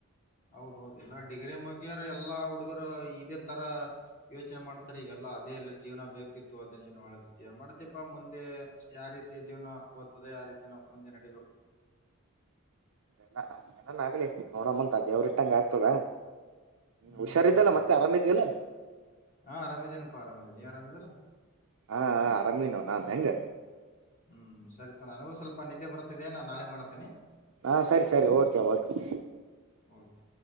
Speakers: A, on the left; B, on the right.
A: ಹೌದೌ ಹೌದು ಇಲ್ಲ ಡಿಗ್ರಿ ಮಗಿಯರು ಎಲ್ಲಾ ಹುಡುಗರು ಇದೇ ತರ ಯೋಚನೆ ಮಾಡ್ತಾರೆ ಈಗಲ್ಲ ಅದೇ ಎಲ್ಲ ಜೀವನ ಬೇಕಿತ್ತು ಅದೇ ಜೀವನ ಒಳ್ಳೆದತಿ ಮಾಡ್ತಪಾ ಮುಂದೆ ಯಾವ ರೀತಿ ಜೀವನ ಓದ್ತದೆ ಆ ರೀತಿ ನಾವು ಮುಂದೆ ನಡೀಬೇಕು.
B: <unintelligible> ನಾನ್ ಆಗ್ಲಿ ನೋಡಮ್ಮಂತ ದೇವ್ರರಿ ಇಟ್ಟಂಗ ಆಗ್ತದ
A: ಹ್ಮ್
B: ಹುಷಾರಿದ್ದಲ್ಲ
A: ಹ್ಮ್ ಹ್ಮ್
B: ಮತ್ತೆ ಆರಾಮ ಇದೆಯಲ್ಲಾ
A: ಹಾ ಆರಾಮ ಇದಿದೇನಪ್ಪಾ ಆರಾಮದೀನಿ ನಿ ಆರಾಮದಿ ಇಲ್ಲ
B: ಹಾ ಹಾ ಆರಾಮಿನವ ನಾನ್ ಹೆಂಗ
A: ಹ್ಮ್ ಸರಿ ತಗೋ ನನಗೂ ಸ್ವಲ್ಪ ನಿದ್ದೆ ಬರುತ್ತಿದೆ ನಾನ ನಾಳೆ ಮಾಡತೀನಿ
B: ಹಾ ಸರಿ ಸರಿ ಓಕೆ ಓಕೆ.
A: ಓಕೆ